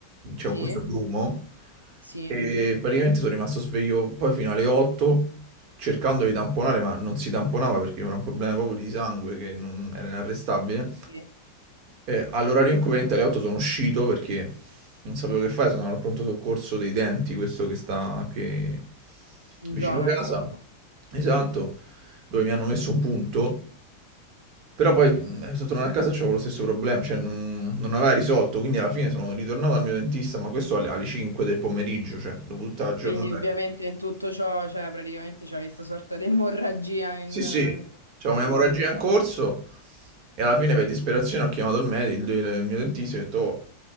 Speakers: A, on the right; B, on the right.
A: cioè
B: Sì,
A: con questo grumo,
B: sì,
A: e praticamente sono rimasto sveglio poi fino alle 8, cercando di tamponare, ma non si tamponava perché era un problema proprio di sangue che non- era inarrestabile.
B: sì.
A: E all'orario inconveniente alle 8 sono uscito perché non sapevo che fare, sono andato al pronto soccorso dei denti, questo che sta qui
B: In
A: vicino
B: zona,
A: casa.
B: insomma.
A: Esatto dove mi hanno messo un punto, però poi mm, sono tornato a casa e c'avevo lo stesso problema, cioè non, non aveva risolto, quindi alla fine sono ritornato dal mio dentista, ma questo alle, alle 5 del pomeriggio, cioè dopo tutta la giornata.
B: Quindi ovviamente in tutto ciò, cioè praticamente c'è questa sorta di emorragia in,
A: Sì,
B: in
A: sì,
B: bocca
A: c'è un'emorragia
B: un po'.
A: in corso e alla fine per disperazione ho chiamato il medico, il, il mio dentista e ho detto, "Oh,